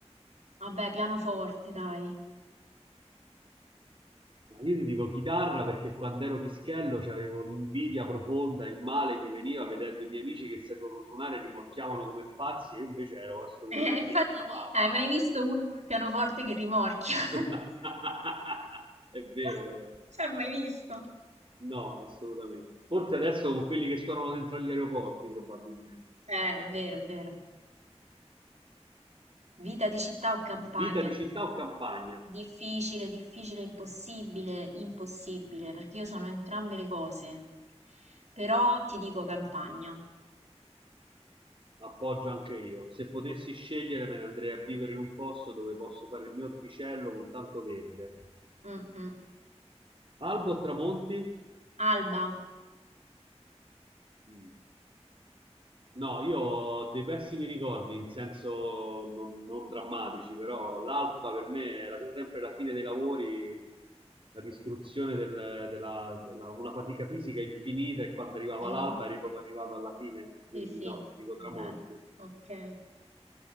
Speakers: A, on the right; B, on the right.
A: Vabbè, pianoforte, dai. <laughs>
B: Ma io ti dico chitarra perché quando ero pischello c'avevo l'invidia profonda, il male mi veniva vedendo i miei amici che sapevano suonare, rimorchiavano come pazzi e io invece ero assolutamente
A: Eh, infatti,
B: incapace.
A: hai mai visto uno col pianoforte che rimorchia? <laughs>
B: <laughs> È vero
A: <laughs>
B: però,
A: Si è mai visto?
B: no, assolutamente. Forse adesso con quelli che suonano dentro agli aeroporti probabilmente.
A: Eh, è vero, è vero. Vita di città o campagna?
B: Vita di
A: di-
B: città o campagna?
A: Difficile, difficile, impossibile, impossibile, perché io sono entrambe le cose. Però ti dico campagna.
B: Appoggio anche io. Se potessi scegliere me ne andrei a vivere in un posto dove posso fare il mio orticello con tanto verde.
A: Mm, mm.
B: Albo o tramonti?
A: Alba.
B: Mm. No, io ho dei pessimi ricordi, in senso non, non drammatici, però l'alba per me era sempre la fine dei lavori, la distruzione del- della, della- una fatica fisica infinita e quando arrivava
A: Mm,
B: l'alba eri proprio arrivato alla fine, quindi
A: Sì, sì.
B: no, ti dico tramonti.
A: Vabbè, ok.